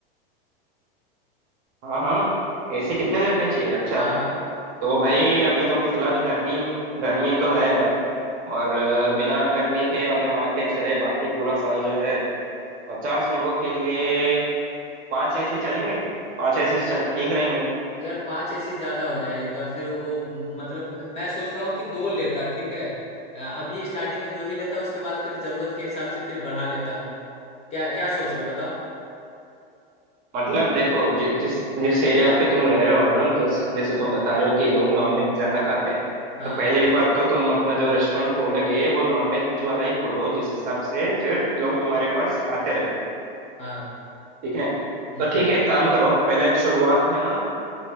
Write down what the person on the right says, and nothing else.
हाँ हाँ ऐसे कितने लगने चाहिए अच्छा
तो भाई अभी तो फिलहाल गर्मी गर्मी तो है और बिना गर्मी के अगर मान के चले बाकी पूरा साल जो है पचास लोगों के लिए पांच ऐसे चलेंगे पांच ऐसे चल- ठीक रहेंगे
मतलब देखो जि, जिस जिस एरिया पे तुम रह रहे हो ना जैसे जैसे तुम बता रहे हो कि लोग नॉनवेज ज्यादा खाते हैं
तो पहली बात तो तुम अपना जो रेस्टोरेंट खोलोगे वो नॉनवेज वाला ही खोलो जिस हिसाब से फिर लोग तुम्हारे पास आते रहे
ठीक है
तो ठीक है एक काम करो पहले शुरुआत में ना अ,